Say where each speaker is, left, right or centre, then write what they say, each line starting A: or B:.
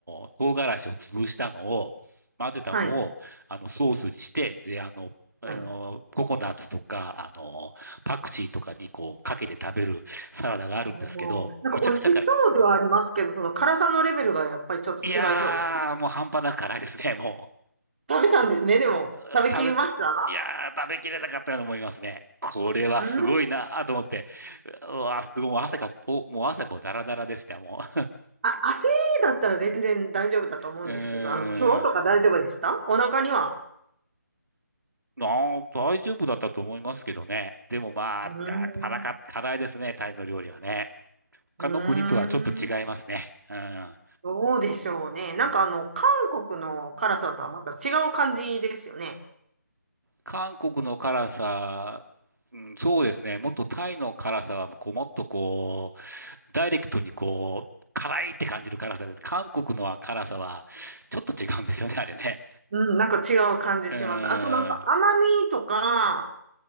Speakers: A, on the right; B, on the right.
A: ー、唐辛子を潰したのを、混ぜたのを、
B: はい、
A: あの、ソースにして、で、あの、あのー、
B: はい。
A: ココナッツとか、あのー、パクチーとかにこう、かけて食べるサラダがあるんですけど、
B: おーなんか美味しそうではありますけど、
A: むちゃくちゃ辛い。
B: その辛さのレベルがやっぱりちょっと違いそうでした。
A: いやー、もう半端なく辛いですね、<laughs> も
B: 食べたんですね、でも。
A: う。
B: 食べきりました
A: うー食べ、いやー、食べきれなかったように思いますね。これはすごいなーと思って。
B: うーん。
A: うわー、すごい、もう汗か、お、もう汗もダラダラですね、も
B: あ、汗だったら全然大丈夫だと思うんですけど、
A: う。<laughs> うーん。
B: あの、今日とか大丈夫でしたお腹には。
A: なあ、大丈夫だったと思いますけどね。でもまあ、
B: うーん。
A: あー辛か、辛いですね、タイの料理はね。他の国とはちょっと違いますね。
B: うーん。
A: うん。
B: どうでしょうね。なんかあの、韓国の辛さとはまた違う感じですよね。
A: 韓国の辛さ、うん、そうですね。もっとタイの辛さは、こう、もっとこう、ダイレクトにこう、辛いって感じる辛さで、韓国のは辛さは、ちょっと違うんですよね、あれね。
B: うん、なんか違う感じします。
A: う
B: あとなんか甘みとか、
A: ん。